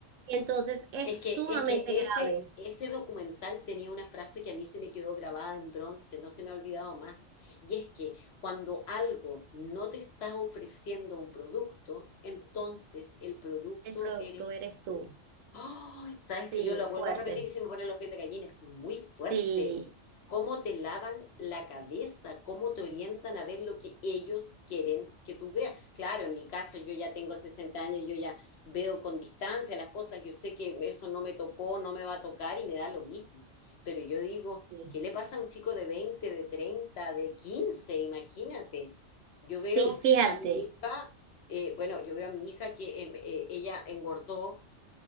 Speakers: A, on the right; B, on the left.
A: entonces es
B: Es
A: sumamente
B: que, es que ese,
A: grave.
B: ese documental tenía una frase que a mí se me quedó grabada en bronce, no se me ha olvidado más. Y es que cuando algo no te está ofreciendo un producto, entonces el producto
A: El producto
B: eres
A: eres tú.
B: tú. ¡Ay! sabes
A: Sí,
B: que yo lo vuelvo
A: fuerte.
B: a repetir y se me ponen los pies de gallina, es muy fuerte.
A: Sí,
B: Cómo te lavan la cabeza, cómo te orientan a ver lo que ellos quieren que tú veas. Claro, en mi caso yo ya tengo 60 años, yo ya veo con distancia las cosas, yo sé que eso no me tocó, no me va a tocar y me da lo mismo. Pero yo digo,
A: sí,
B: ¿qué le pasa a un chico de veinte de treinta de quince Imagínate. Yo veo
A: sí, fíjate,
B: a mi hija, eh, bueno, yo veo a mi hija que eh, eh, ella engordó